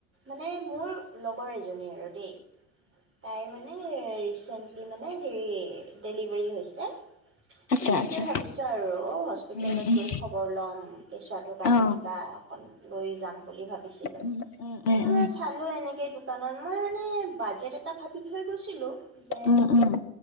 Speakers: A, on the right; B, on the left.
A: মানে মোৰ লগৰ এজনী আৰু দেই তাই মানে ৰিচেন্টলি মানে হেৰি ডেলিভাৰী হৈছে
B: আচ্ছা
A: তেনেকে
B: আচ্ছা
A: ভাবিছো আৰু অ হস্পিতেলত
B: উম উম
A: গৈ খবৰ লম কেঁচুৱটোৰ কাৰণে
B: অ
A: কিবা অক লৈ যাম বুলি ভাবিছিলো
B: উম উম উম
A: ত মই চালো এনেকে দোকানত মই মানে বাজেট এটা ভাবি থৈ গৈছিলো যে
B: উম